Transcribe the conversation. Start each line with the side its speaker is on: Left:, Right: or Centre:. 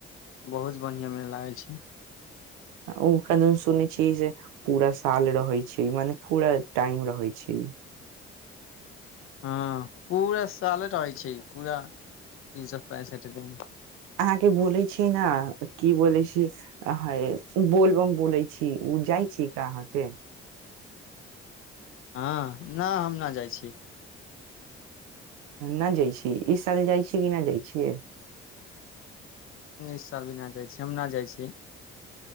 Left: बहुत बढ़ियां मे लागल छै
Right: ओ कन सुनै छियै जे पूरा साल रहै छैय मने पूरा टाइम रहै छैय।
Left: हँ पूरा साले रहै छैय पूरा तीन सए पैंसठि दिन
Right: अहाँके बोलै छी ने की बोलै छी हय बोलबम बोलै छी ओ जाइ छी क अहाँके
Left: हँ नहि हम नहि जाइ छी
Right: नहि जाइ छी इ साल जाइ छी कि नहि जाइ छियै
Left: इ साल भी नहि जाइ छी हम नहि जाइ छी